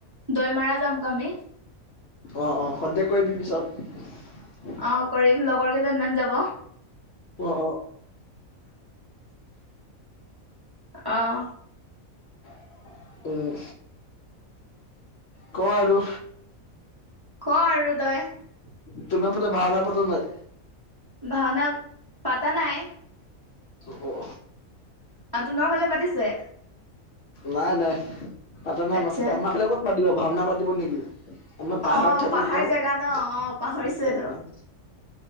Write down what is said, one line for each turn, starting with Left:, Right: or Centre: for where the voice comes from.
Right: দৈমাৰা যামক যাবি
Left: অ অ কন্টেক কৰিবি পিছত
Right: অ', কৰিম লগৰ কেইজনমান যাব।
Left: অ', অ',
Right: আহ,
Left: <inaudible> উম ক আৰু
Right: ক আৰু তই।
Left: <unintelligible> পতি ভওনা পাতা নাই।
Right: ভাওঁনা পাতা নাই
Left: অ
Right: <unintelligible> ফালে পাতিছে।
Left: নাই, নাই <unintelligible>
Right: আচ্ছা
Left: আমাৰ ফালে ক'ত পাতিব ভাওনা পাতিব নেকি আমাৰ পাহাৰত
Right: অ
Left: থাকো
Right: পাহাৰ
Left: ক অ',।
Right: জেগা ন পাহৰিছে তো